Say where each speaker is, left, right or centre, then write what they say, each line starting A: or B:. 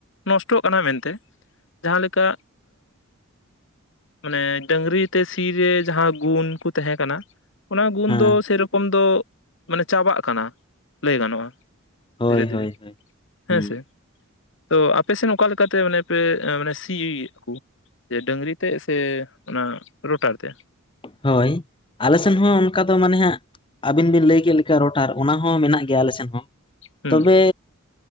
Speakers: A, on the left; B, on the left.
A: ᱱᱚᱥᱴᱚᱜ ᱠᱟᱱᱟ ᱢᱮᱱᱛᱮ ᱾ ᱡᱟᱦᱟᱸᱞᱮᱠᱟ ᱢᱟᱱᱮ ᱰᱟᱺᱝᱨᱤ ᱛᱮ ᱥᱤ ᱨᱮ ᱡᱟᱦᱟᱸ ᱜᱩᱱ ᱠᱚ ᱛᱟᱦᱮᱸ ᱠᱟᱱᱟ ᱚᱱᱟ ᱜᱩᱱ
B: ᱦᱮᱸ
A: ᱫᱚ ᱥᱮᱨᱚᱠᱚᱢ ᱫᱚ ᱢᱟᱱᱮ ᱪᱟᱵᱟᱜ ᱠᱟᱱᱟ ᱞᱟᱹᱭ ᱜᱟᱱᱚᱜᱼᱟ
B: ᱦᱳᱭ
A: ᱫᱷᱤᱨᱮ -ᱫᱷᱤᱨᱮ
B: ᱦᱳᱭ ᱦᱳᱭ
A: ᱦᱮᱸ
B: ᱦᱩᱸ
A: ᱥᱮ ᱾ ᱛᱚ ᱟᱯᱮᱥᱮᱱ ᱚᱠᱟ ᱞᱮᱠᱟᱛᱮ ᱢᱟᱱᱮ ᱯᱮ ᱥᱤ-ᱭᱮᱜ ᱠᱚ? ᱡᱮ ᱰᱟᱹᱝᱨᱤ ᱛᱮ ᱥᱮ ᱚᱱᱟ ᱨᱳᱴᱟᱨ ᱛᱮ?
B: ᱦᱳᱭ, ᱟᱞᱮ ᱥᱮᱱ ᱦᱚᱸ ᱚᱱᱠᱟ ᱫᱚ ᱢᱟᱱᱮ ᱦᱟᱸᱜ ᱟᱹᱵᱤᱱ ᱵᱤᱱ ᱞᱟᱹᱭ ᱠᱮᱫ ᱞᱮᱠᱟ ᱨᱚᱴᱟᱨ ᱚᱱᱟ ᱦᱚᱸ ᱢᱮᱱᱟᱜ ᱜᱮᱭᱟ ᱟᱞᱮ ᱥᱮᱫ ᱦᱚᱸ
A: ᱦᱩᱸ
B: ᱛᱚᱵᱮ